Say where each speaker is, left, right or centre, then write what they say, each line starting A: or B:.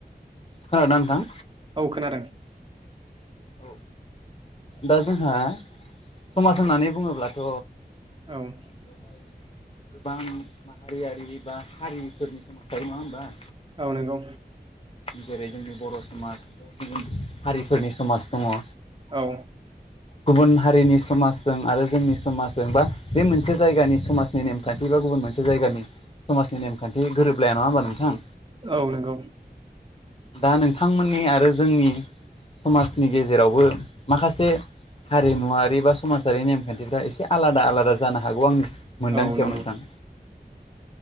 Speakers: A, on the left; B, on the right.
A: खोनादोना नोंथां?
B: औ खोनादों।
A: औ दा जोंहा समाज होननानै बुङोब्लाथ'
B: औ।
A: बेवहाय गोबां माहारियारि बा हारिफोरनि समाज थायो नङा होमबा?
B: औ नोंगौ।
A: जेरै जोंनि बर समाज गुबुन हारिफोरनि समाज दङ।
B: औ।
A: गुबुन हारिनि समाजजों आरो जोंनि समाजजों बा बे मोनसे जायगानि समाजनि नेम नेमखान्थि बा गुबुन मोनसे जायगानि समाजनि नेमखान्थि गोरोबलाया नङा होमबा नोंथां?
B: औ नंगौ।
A: दा नोंथांमोननि आरो जोंनि समाजनि गेजेरावबो माखासे हारिमुवारि बा समाजारि नेमखान्थिफ्रा एसे आलादा आलादा जानो हागौ आंनि मोनदांथियाव
B: औ नंगौ
A: नोंथां।